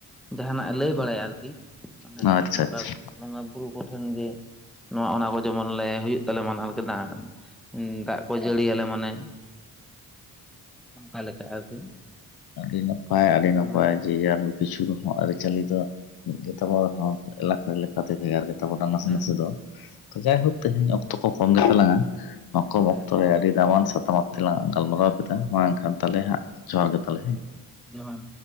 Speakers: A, in the centre; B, on the left.
A: ᱡᱟᱦᱟᱱᱟᱜ ᱮ ᱞᱟᱹᱭ ᱵᱟᱲᱟᱭᱟ ᱟᱨᱠᱤ ᱢᱟᱱᱮ
B: ᱫᱚ ᱟᱪᱪᱷᱟ
A: ᱱᱚᱝᱠᱟ
B: ᱟᱪᱪᱷᱟ
A: ᱵᱚᱸᱜᱟ ᱵᱩᱨᱩ ᱠᱚᱴᱷᱮᱱ ᱜᱮ ᱱᱚᱣᱟ ᱚᱱᱟ ᱠᱚ ᱡᱮᱢᱚᱱ ᱞᱮ ᱦᱩᱭᱩᱜ ᱛᱟᱞᱮ ᱢᱟᱱᱟᱣ ᱠᱮᱫᱟ ᱫᱟᱜ ᱠᱚ ᱡᱟᱹᱲᱤᱭᱟᱞᱮ ᱢᱟᱱᱮ ᱚᱱᱠᱟ ᱞᱮᱠᱟ ᱟᱨᱠᱤ
B: ᱟᱹᱰᱤ ᱱᱟᱯᱟᱭ
A: ᱚᱱᱠᱟ
B: ᱟᱹᱰᱤ ᱱᱟᱯᱟᱭ
A: ᱚᱱᱟ ᱠᱚᱞᱮ
B: ᱡᱮ-ᱡᱟᱨ ᱠᱤᱪᱷᱩ ᱨᱮᱦᱚᱸ ᱟᱹᱨᱤᱪᱟᱹᱞᱤ ᱫᱚ ᱢᱤᱫᱜᱮᱛᱟᱵᱚ ᱨᱮᱦᱚᱸ ᱮᱞᱟᱠᱟ ᱞᱮᱠᱟᱛᱮ ᱵᱷᱮᱜᱟᱨ ᱛᱟᱵᱚᱱᱟ ᱱᱟᱥᱮ
A: ᱦᱮᱸ
B: ᱱᱟᱥᱮ ᱫᱚ ᱛᱚ ᱡᱟᱭᱦᱳᱠ ᱛᱮᱦᱮᱧ ᱚᱠᱛᱚ ᱠᱚ ᱠᱚᱢ ᱜᱮ ᱪᱟᱞᱟᱝᱼᱟ
A: ᱦᱮᱸ
B: ᱠᱚᱢ ᱚᱠᱛᱚ
A: ᱟᱫᱚ
B: ᱨᱮ ᱟᱹᱰᱤ ᱫᱟᱢᱟᱱ ᱥᱟᱛᱟᱢ
A: ᱦᱚᱲ
B: ᱛᱮᱞᱟᱝ
A: ᱠᱚᱦᱚᱸ
B: ᱜᱟᱞᱢᱟᱨᱟᱣ ᱠᱮᱫᱟ ᱢᱟ ᱮᱱᱠᱷᱟᱱ ᱛᱟᱦᱚᱞᱮ ᱦᱟᱸᱜ ᱡᱚᱸᱦᱟᱨ ᱜᱮ ᱛᱟᱞᱮ
A: ᱡᱚᱸᱦᱟᱨ